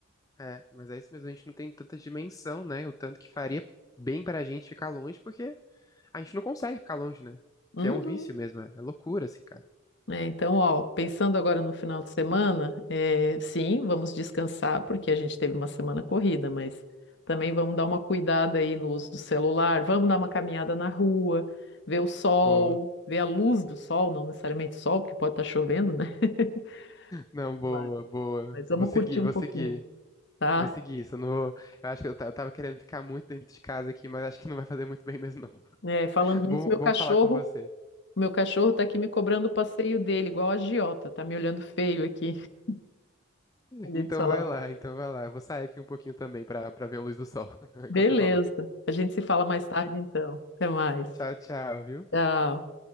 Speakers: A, on the left; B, on the left.
A: é. Mas é isso mesmo, a gente não tem tanta dimensão, né? O tanto que faria bem pra gente ficar longe, porque a gente não consegue ficar longe, né?
B: Uhum.
A: Que é um vício mesmo, é, é loucura, assim, cara.
B: né? Então, ó, pensando agora no final de semana, é, sim, vamos descansar, porque a gente teve uma semana corrida, mas também vamos dar uma cuidada aí no uso do celular, vamos dar uma caminhada na rua, ver o sol,
A: Boa.
B: ver a luz do sol, não necessariamente sol, porque pode estar chovendo, né? <laughs>
A: Não, boa,
B: Mas
A: boa.
B: mas vamos
A: Vou seguir,
B: curtir um
A: vou
B: pouquinho,
A: seguir.
B: tá?
A: Vou seguir isso. Eu, não vou- eu acho que eu, ta- eu tava querendo ficar muito dentro de casa aqui, mas acho que não vai fazer muito bem mesmo, não. <laughs>
B: É, falando nisso,
A: Bom,
B: meu
A: bom
B: cachorro,
A: falar com você.
B: meu cachorro tá aqui me cobrando o passeio dele, igual a agiota, tá me olhando feio aqui. <laughs> Olhei
A: Então
B: de celular.
A: vai lá, então vai lá. Eu vou sair aqui um pouquinho também pra, pra ver a luz do sol, <laughs>
B: Beleza.
A: como você falou.
B: A gente se fala mais tarde, então. Até mais.
A: Tchau, tchau, viu?
B: Tchau.